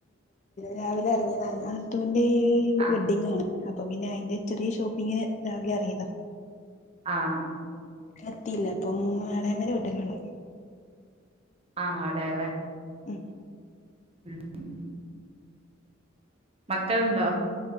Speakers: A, on the left; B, on the right.
A: രാവിലെ ഇറങ്ങിയത നാത്തൂന്റെ
B: ആഹ്
A: വെഡ്ഡിംഗ ആണ് അപ്പൊ പിന്നെ അയിന്റെ ചെറിയ ഷോപ്പിംഗിന് രാവിലെ ഇറങ്ങിയതാ
B: ആഹ്
A: എത്തിയില്ല അപ്പം എളാമന്റെ വീട്ടിൽ ആണ് ഉള്ളത്
B: ആഹ അതെ അതെ
A: ആ
B: ഉം ഉ മക്കൾുണ്ടോ